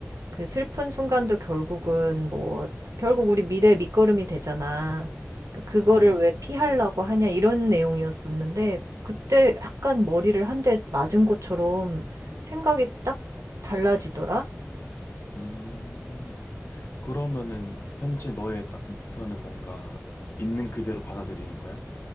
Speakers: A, on the right; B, on the left.
A: 그 슬픈 순간도 결국은 뭐, 결국 우리 미래의 밑거름이 되잖아. 그- 그거를
B: 응.
A: 왜 피하려고 하냐, 이런 내용이었었는데, 그때 약간 머리를 한 대 맞은 것처럼 생각이 딱 달라지더라?
B: 음. 그러면은 현재 너의 딱 목표는 뭔가 있는 그대로 받아들이는 거야?